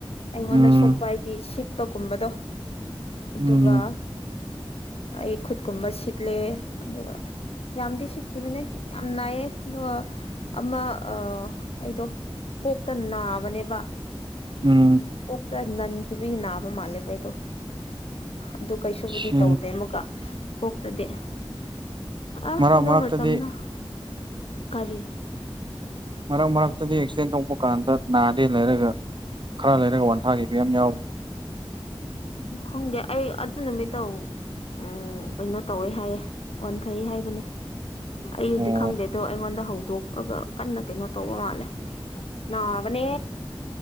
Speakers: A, on the left; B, on the right.
A: ꯑꯩꯉꯣꯟꯗ
B: ꯎꯝ
A: ꯁꯣꯛꯄ ꯍꯥꯏꯗꯤ ꯁꯤꯠꯄꯒꯨꯝꯕꯗꯣ ꯑꯗꯨꯒ
B: ꯎꯝ
A: ꯑꯩ ꯈꯨꯠꯀꯨꯝꯕ ꯁꯤꯠꯂꯦ ꯑꯗꯨꯒ ꯌꯥꯝꯗꯤ ꯁꯤꯠꯈꯤꯕꯅꯦ ꯌꯥꯝ ꯅꯥꯏꯌꯦ ꯑꯗꯨꯒ ꯑꯃ ꯑꯩꯗꯣ ꯀꯣꯛꯇ ꯅꯥꯕꯅꯦꯕ
B: ꯎꯝ
A: ꯑꯣꯛꯇ ꯅꯟꯈꯤꯕꯒꯤ ꯅꯥꯕ ꯃꯥꯜꯂꯦꯕꯩꯗꯣ ꯑꯗꯨ ꯀꯩꯁꯨꯕꯨꯗꯤ
B: ꯁꯤ
A: ꯇꯧꯗꯦ ꯑꯃꯨꯛꯀ ꯀꯣꯛꯇꯗꯤ ꯑꯁ
B: ꯃꯔꯛ
A: ꯑꯗꯨ
B: ꯃꯔꯛꯇꯗꯤ
A: ꯃꯇꯝꯗꯣ ꯀꯔꯤ
B: ꯃꯔꯛ ꯃꯔꯛꯇꯗꯤ ꯑꯦꯛꯁꯤꯗꯦꯟ ꯊꯣꯛꯄ ꯀꯥꯟꯗ ꯅꯥꯗꯦ ꯂꯩꯔꯒ ꯈꯔ ꯂꯩꯔꯒ ꯋꯥꯟꯊꯥꯈꯤꯕ ꯌꯥꯝ ꯌꯥꯎꯕ
A: ꯎ ꯈꯪꯗꯦ ꯑꯩ ꯑꯗꯨ ꯅꯨꯃꯤꯠꯇꯧ ꯎꯝ ꯀꯩꯅꯣ ꯇꯧꯋꯦ ꯍꯥꯏꯌꯦ ꯑꯣꯟꯊꯩ ꯌꯦ ꯍꯥꯏꯕꯅꯦ ꯑꯩꯗꯤ
B: ꯑꯣ
A: ꯈꯪꯗꯦ ꯑꯗꯣ ꯑꯩꯉꯣꯟꯗ ꯍꯧꯗꯣꯛꯑꯒ ꯀꯟꯅ ꯀꯩꯅꯣ ꯇꯧꯕ ꯃꯥꯜꯂꯦ ꯅꯥꯕꯅꯦ